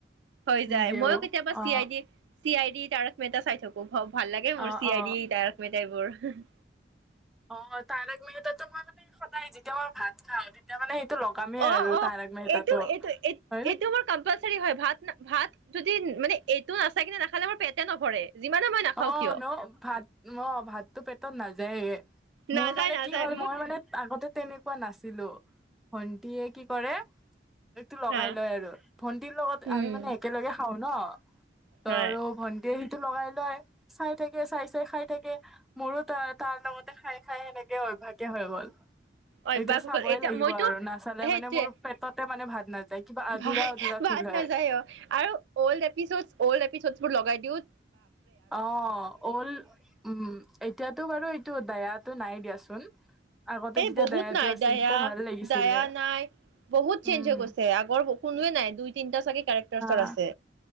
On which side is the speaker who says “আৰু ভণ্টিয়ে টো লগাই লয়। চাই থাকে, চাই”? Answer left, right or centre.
Centre